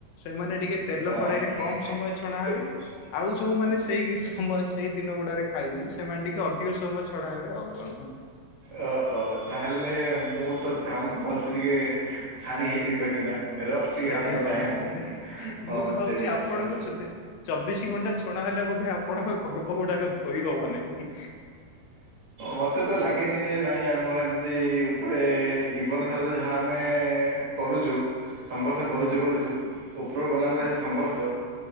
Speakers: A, on the left (about 85°); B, on the right (about 50°).
A: ସେମାନେ ଟିକେ ତେଲ
B: ହଁ।
A: କଡେଇରେ
B: ମାନେ ଟିକେ
A: କମ୍
B: ଟେକ୍ନୋଲୋଜି
A: ସମୟ ଛଣା
B: ରେ
A: ହେବେ।
B: କମ୍ ସମୟ ଛଡ଼ାନ୍ତୁ।
A: ଆଉ ଯୋଉମାନେ ସେଇ କି ସମୟ ସେଇ ଦିନ ଗୁଡାରେ ଖାଇଛନ୍ତି ସେମାନେ ଟିକେ ଅ ଧିକ ସମୟ ଛଡ଼ାହେବେ ଆଉ କଣ।
B: ଓହୋ ତାହେଲେ ମୁଁ ତ ଚାହୁଁଚି ଭଲ୍ସେ ଟିକେ। ଛାଣି ହେ ବି କହିକିନା ରଫ୍ଟି
A: ଛାଣି
B: ହବା ପାଇଁ ଚାହେଁ
A: କଥା?
B: ମୁଁ ହଁ
A: ମୁଁ ତ ଭାବୁଛି
B: ସେ ଜିନଷ।
A: ଆପଣଙ୍କୁ ଚଦେ ଚବିଶି ଘଣ୍ଟା ଛଣା ହେଲେ ମଧ୍ୟ ଆପଣଙ୍କ କର୍ମ ଗୁଡାକ ଧୋଇ ହବ ନାହିଁ।
B: ମତେ ତ ଲାଗେନି ଯେ ନାଇଁ ଆମର ଏମ୍ ତି ଉପରେ ଜୀବନ ସାରା ତ ଯାହା ଆମେ କରୁଚୁ। ସଂଘର୍ଷ କରୁଛୁ
A: ହୁଁ
B: କରୁଛୁ ଉପରକୁ ଗଲାପରେ
A: ହୁଁ
B: ସେ ସଂଘର୍ଷ।